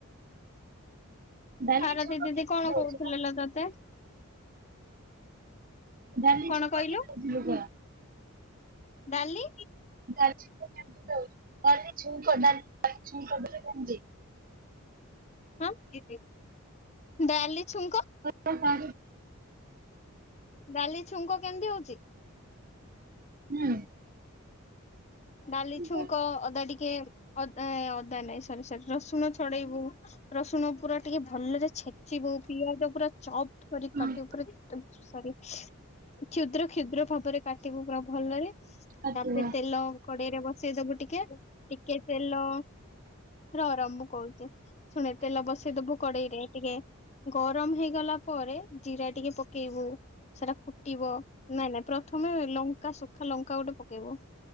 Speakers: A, on the right; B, on the left.
A: ଡାଲି
B: ଆାରତୀ
A: ଛକ
B: ଦିଦି
A: କେମିତି
B: କଣ
A: ଦଉଥିଲ?
B: କହୁଥିଲେ ଲ ତତେ?
A: ଡାଲି
B: କଣ
A: ଛୁଙ୍କ
B: କହିଲୁ
A: କେମିତି ଦଉଥିଲୁ କହ?
B: ଡାଲି
A: ଛଛୁ ପ <unintelligible> <unintelligible>
B: ହଁ ଡାଲିଛୁଙ୍କ
A: ହ ତା
B: ଡାଲି ଛୁଙ୍କ କେମିତି ହଉଛି?
A: ହୁଁ
B: ଡାଲି ଛୁଙ୍କ
A: ହୁଁ।
B: ଅଦା ଟିକେ ଅଦା ଅଦା ନାଇଁ ସରି ସରି ରସୁଣ ଛଡେଇବୁ ରସୁଣ ପୁରା ଟିକେ ଭଲରେ ଛେ ିବ ପିଆଜ ପୁରା ଚପ କରି
A: ଲଙ୍କା
B: କାଟୀ ସରି। କ୍ଷୁଦ୍ର କ୍ଷୁଦ୍ର ଭାବରେ କାଟିବୁ ପୁରା ଭଲରେ।
A: ଆଜ
B: ତାପରେ ତେଲ କଡେଇ ରେ ବସେଇଦବୁ ଟିକେ। ଟିକେ ତେଲ ର ର ମୁଁ କହୁଛି। ଶୁଣେ ତେଲ ବସେଇଦବୁ କଡେଇରେ ଟିକେ। ଗରମ ହେଇଗଲା ପରେ ଜିରା ଟିକେ ପକେଇବୁ ସେଟା ଫୁଟିବ। ନାଇଁ ନାଇଁ ପ୍ରଥମେ ଲଙ୍କା ସୁୁଖା ଲଙ୍କା ଗୋଟେ ପକେଇବୁ।